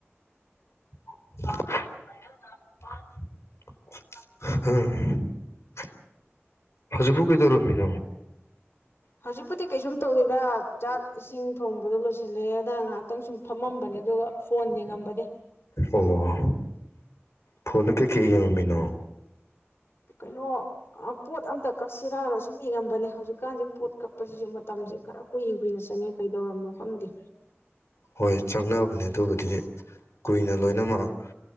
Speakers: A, on the left; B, on the left.
A: ꯑꯥ ꯍꯧꯖꯤꯛꯕꯨꯨ ꯀꯩꯗꯧꯔꯝꯃꯤꯅ‌ꯣ
B: ꯍꯧꯖꯤꯛꯄꯨꯗꯤ ꯀꯩꯁꯨꯝ ꯇꯧꯗꯦꯗ ꯆꯥꯛ ꯏꯁꯤꯡ ꯊꯣꯡꯕꯗꯣ ꯂꯣꯏꯁꯤꯜꯂꯦꯅ ꯉꯥꯏꯍꯥꯛꯇꯪ ꯁꯨꯝ ꯐꯝꯃꯝꯕꯅꯦ ꯑꯗꯨꯒ ꯐꯣꯟ ꯌꯦꯡꯉꯝꯕꯅꯦ
A: ꯑꯣ ꯐꯣꯟꯗ ꯀꯩꯀꯩ ꯌꯦꯡꯉꯝꯃꯤꯅꯣ
B: ꯀꯩꯅꯣ ꯄꯣꯠ ꯑꯝꯇ ꯀꯛꯁꯤꯔꯅ ꯁꯨꯝ ꯌꯦꯡꯉꯝꯕꯅꯦ ꯍꯧꯖꯤꯛꯀꯥꯟꯁꯦ ꯄꯣꯠ ꯀꯛꯄꯁꯤꯁꯨ ꯃꯇꯝꯁꯦ ꯈꯔ ꯀꯨꯏꯅ ꯀꯨꯏꯅ ꯆꯪꯉꯦ ꯀꯩꯗꯧꯔꯕꯅꯣ ꯈꯪꯗꯦ
A: ꯍꯣꯏ ꯆꯪꯅꯕꯅꯦ ꯑꯗꯨꯕꯨꯗꯤ ꯀꯨꯏꯅ ꯂꯣꯏꯅꯃꯛ